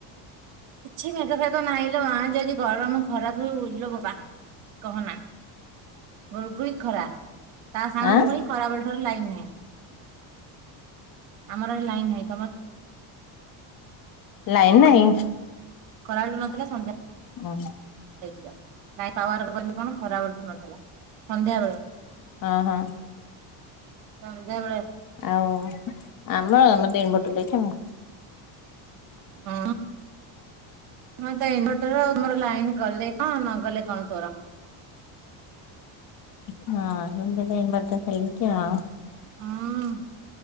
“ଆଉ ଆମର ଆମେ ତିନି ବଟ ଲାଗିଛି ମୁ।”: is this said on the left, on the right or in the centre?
Left